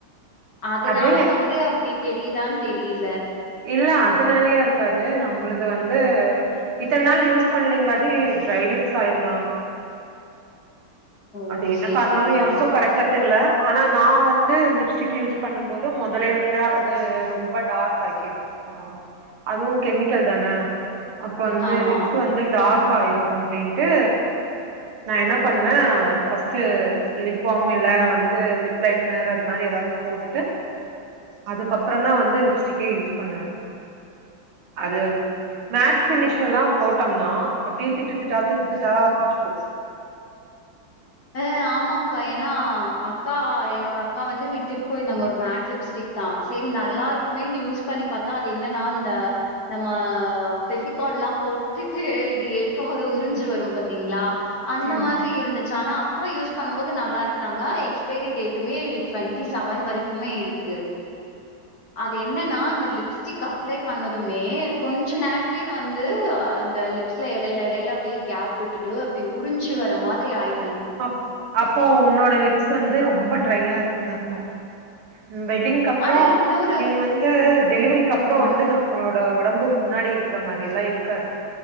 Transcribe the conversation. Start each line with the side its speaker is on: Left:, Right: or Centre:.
Left: அதனால
Right: அது
Left: வந்து அப்டி தெரியுதா தெரியல
Right: இல்ல அதுனாலயா இருக்காது நம்மளது வந்து இத்தன நாள் யூஸ் பண்ணலீங்காட்டி டிரை லிப்ஸ் ஆயிருக்கலா
Left: ஓ
Right: அது என்ன
Left: சேரி
Right: காரணனு
Left: சேரிங்க்கா
Right: எனக்கு கரெக்டா தெரில ஆனா நா வந்து லிப்ஸ்டிக் யூஸ் பண்ணும் போது முதலே வந்து அது ரொம்ப டார்க் ஆக்கிரு ஹ அதுவு கெமிக்கல் தான அப்ப வந்து
Left: ஆமா
Right: லிப்ஸ் வந்து டார்க் ஆயிரும் அப்படின்ட்டு நா என்ன பண்ணுவே ஃபர்ஸ்ட் லிப் பாம் இல்ல வந்து லிப் லைனர் அது மாதிரி ஏதாவது போட்டுட்டு அதுக்கப்புறம் தா வந்து லிப்ஸ்டிக்கே யூஸ் பண்ணுவே அது மேட் ஃபினிஷ் எல்லா போட்டோம்னா அப்படியே திட்டு திட்டா திட்டு திட்டா புடிச்சுக்கு
Left: ஆ ஆமாக்கா ஏன்னா அக்கா என்னோட அக்கா வந்து விட்டுட்டு போயிருந்தாங்க ஒரு மேட் லிப்ஸ்டிக் தா சரி நல்லா இருக்குமேன்னு யூஸ் பண்ணி பார்த்தா அது என்னன்னா இந்த நம்ம பெவிகால் போட்டுட்டு இப்படி எடி இருக்கும் போது
Right: ம்
Left: உறிஞ்சு வரும் பாத்தீங்களா அந்த
Right: ம்
Left: மாதிரி இருந்து ஆனா அக்கா யூஸ் பண்ணும் போது நல்லா இருக்கு நாங்க எக்ஸ் பெரி டேட்டுமே டுவெண்டி செவன் வரைக்குமே இருக்கு அது என்னன்னா அந்த லிப்ஸ்டிக் அப்ளை பண்ணதுமே கொஞ்ச நேரத்துலே வந்து அந்த லிப்ஸ்ல இடையில இடையில அப்படியே கேப் விட்டுட்டு அப்படி உறிஞ்சு வர மாதிரி ஆய்
Right: அ அப்போ உன்னோட லிப்ஸ் வந்து ரொம்ப டரையா இருக் இருக்குனு அர்த்தம் வெட்டிங்க்க அப்புறம்
Left: ஆனா இன்னொரு
Right: நீ வந்து டெலிவரிக்கு அப்புறம்
Left: ம்
Right: வந்து நம்மளோட உடம்பு முன்னாடி இருக்கிற மாதிரி எல்லாம் இருக்காது